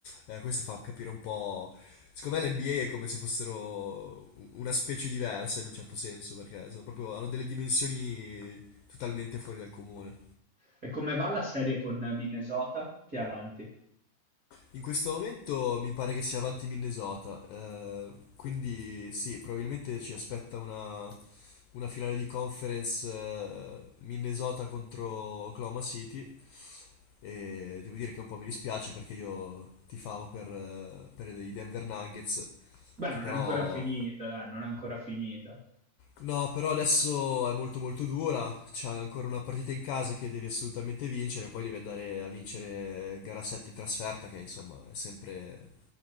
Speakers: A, on the left; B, on the right.
A: Eh, questo fa capire un po'. Secondo me l'NBA è come se fossero u- una specie diversa in un certo senso, perché sono proprio, hanno delle dimensioni totalmente fuori dal comune.
B: E come va la serie con Minnesota? Che è avanti?
A: In questo momento mi pare che sia avanti Minnesota, eh, quindi sì, probabilmente ci aspetta una, una finale di conference eh, Minnesota contro Oklahoma City e devo dire che un po' mi dispiace perché io tifavo per, eh, per i Denver Nuggets,
B: Beh, non
A: che però...
B: è ancora finita, dai, non è ancora finita.
A: No, però adesso è molto molto dura, c'è ancora una partita in casa che devi assolutamente vincere, poi devi andare a vincere gara 7 in trasferta, che insomma è sempre